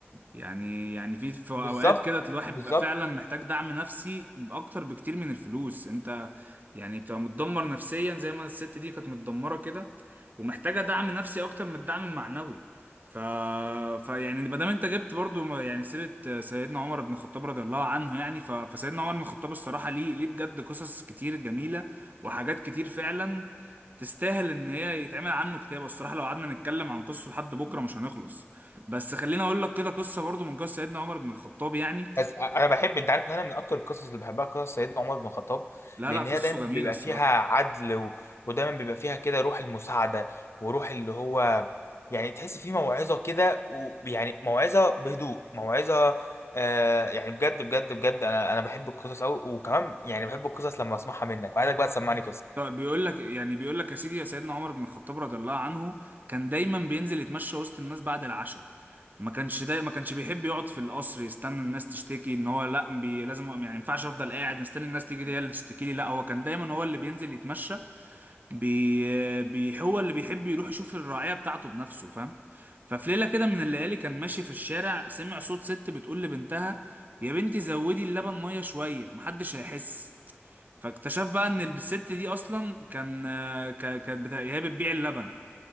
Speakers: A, on the right; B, on the left.
A: يعني يعني في في اوقات
B: بالظبط
A: كده الواحد
B: بالظبط
A: بيبقى فعلا محتاج دعم نفسي اكتر بكتير من الفلوس انت يعني بتبقى متدمر نفسيا زي ما الست دي كانت متدمرة كده ومحتاجة دعم نفسي اكتر من الدعم المعنوي ف... ف يعني ما دام انت جبت برضو ما- يعني سيرة سيدنا عمر بن الخطاب رضي الله عنه يعني ف... فسيدنا عمر بن الخطاب الصراحة ليه ليه بجد قصص كتير جميلة وحاجات كتير فعلا تستاهل ان هي يتعمل عنه كتاب الصراحة لو قعدنا نتكلم عن قصته لحد بكرة مش هنخلص بس خليني اقول لك كده قصه برضو من قصه سيدنا عمر بن الخطاب يعني
B: بس انا بحب انت عارف ان انا من اكتر القصص اللي بحبها قصص سيدنا عمر بن الخطاب
A: لا
B: لان
A: لا قصصه
B: هي دايما
A: جميله
B: بيبقى
A: الصراحه
B: فيها عدل و... ودايما بيبقى فيها كده روح المساعده وروح اللي هو يعني تحس فيه موعظه كده ويعني موعظه بهدوء موعظه آه يعني بجد بجد بجد انا انا بحب القصص قوي وكمان يعني بحب القصص لما اسمعها منك وعايزك بقى تسمعني قصه
A: طب بيقول لك يعني بيقول لك يا سيدي يا سيدنا عمر بن الخطاب رضي الله عنه كان دايما بينزل يتمشى وسط الناس بعد العشاء ما كانش داي ما كانش بيحب يقعد في القصر يستنى الناس تشتكي ان هو لا بي لازم يعني ما ينفعش افضل قاعد مستني الناس تيجي هي اللي تشتكي لي لا هو كان دايما هو اللي بينزل يتمشى بي... بي هو اللي بيحب يروح يشوف الرعاية بتاعته بنفسه فاهم ففي ليلة كده من الليالي كان ماشي في الشارع سمع صوت ست بتقول لبنتها يا بنتي زودي اللبن مية شوية محدش هيحس فاكتشف بقى ان الست دي اصلا كان آه، ك... كانت بتا... هي بتبيع اللبن